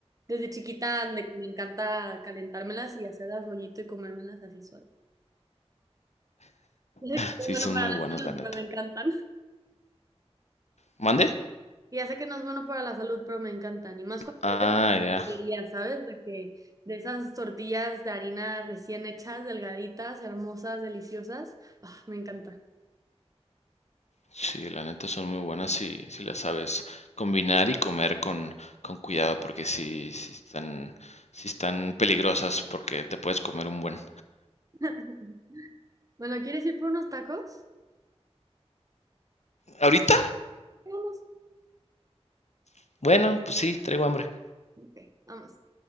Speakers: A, on the right; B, on the left.
A: Desde chiquita, de que me encanta calentármelas y hacerlas rollito y comérmelas así sola. <laughs> Ya sé que no
B: sí,
A: es bueno
B: son
A: para
B: muy
A: la
B: buenas,
A: salud,
B: la neta.
A: pero me encantan.
B: ¿Mande?
A: Y ya sé que no es bueno para la salud, pero me encantan. Y más cuando
B: Ah,
A: es de una tortillería,
B: ya.
A: ¿sabes? De que de esas tortillas de harina recién hechas, delgaditas, hermosas, deliciosas. Ah, me encanta.
B: Sí, la neta son muy buenas si, si las sabes combinar y comer con, con cuidado, porque sí, sí están, sí están peligrosas porque te puedes comer un buen.
A: <laughs> Bueno, ¿quieres ir por unos tacos?
B: ¿Ahorita?
A: Sí, Vamos.
B: Bueno, pues sí, traigo hambre.
A: Ok, vamos.